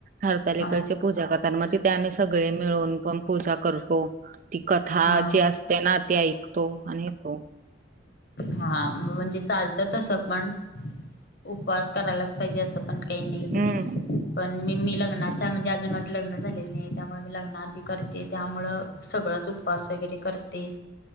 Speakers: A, on the right; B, on the left.
A: हरतालिकची
B: हा
A: पूजा करतात मग तिथे आम्ही सगळे मिळून पण पूजा करतो ती कथा
B: हा
A: जी असते ना ते ऐकतो आणि येतो
B: हा म्हणजे चालत तसं पण उपवास करायलाच पाहिजे असं पण कानी
A: हम्म.
B: मी मी लग्नाच्या म्हणजे अजून माझं लग्न झालेलं नाही त्यामुळे मी लग्न आधी करते त्यामुळ सगळांच उपवास वगैरे करते